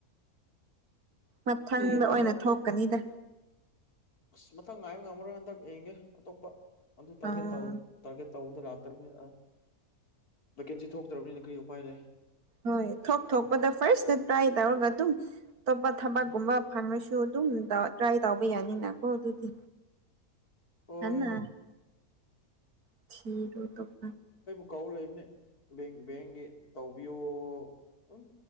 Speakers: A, on the right (about 80°); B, on the left (about 85°).
A: ꯃꯊꯪꯗ
B: ꯍꯦꯟꯈ꯭ꯔꯦꯗ
A: ꯑꯣꯏꯅ ꯊꯣꯛꯀꯅꯤꯗ
B: ꯑꯁ ꯃꯊꯪ ꯉꯥꯏꯕ ꯉꯝꯃꯔꯣꯏ ꯍꯟꯗꯛ ꯌꯦꯡꯒꯦ ꯑꯇꯣꯞꯄ ꯑꯗꯨ ꯇꯥꯔꯒꯦꯠ
A: ꯑꯥ
B: ꯇꯧ ꯇꯥꯔꯒꯦꯠ ꯇꯧꯕꯗ ꯂꯥꯛꯇ꯭ꯔꯕꯅꯤꯅ ꯑ ꯚꯦꯀꯦꯟꯁꯤ ꯊꯣꯛꯇ꯭ꯔꯕꯅꯤꯅ ꯀꯔꯤ ꯎꯄꯥꯏ ꯂꯩ
A: ꯍꯣꯏ ꯊꯣꯛ ꯊꯣꯛꯄꯗ ꯐꯥꯔꯁꯇ ꯇ꯭ꯔꯥꯏ ꯇꯧꯔꯒ ꯑꯗꯨꯝ ꯑꯇꯣꯞꯄ ꯊꯕꯛꯀꯨꯝꯕ ꯐꯪꯉꯁꯨ ꯨ ꯑꯗꯨꯝ ꯇ꯭ꯔꯥꯏ ꯇꯧꯕ ꯌꯥꯅꯤꯅꯀꯣ ꯑꯗꯨꯗꯤ
B: ꯍꯣꯏ
A: ꯍꯟꯅ <unintelligible>
B: ꯀꯥꯎ ꯂꯩꯕꯅꯦ ꯕꯦꯡ ꯕꯦꯡꯒꯤ ꯇꯧꯕꯤꯌꯣ ꯎꯝ